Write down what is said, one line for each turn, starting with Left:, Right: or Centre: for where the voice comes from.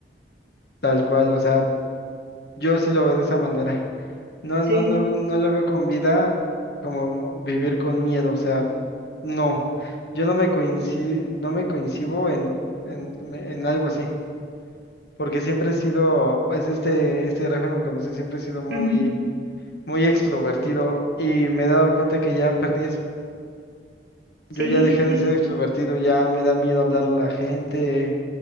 Left: tal cual, o sea, yo sí lo veo de esa manera. No,
Right: Sí.
Left: no, no, no lo veo con vida como vivir con miedo, o sea, no, yo no me coincido, no me coincido en, en, me- en algo así. porque siempre he sido, pues este, este gráfico que conoce, siempre he sido muy,
Right: Ujú,
Left: muy extrovertido y me he dado cuenta que ya perdí eso. Yo
Right: Sí,
Left: ya dejé
Right: sí, sí.
Left: de ser extrovertido, ya me da miedo hablarle a la gente,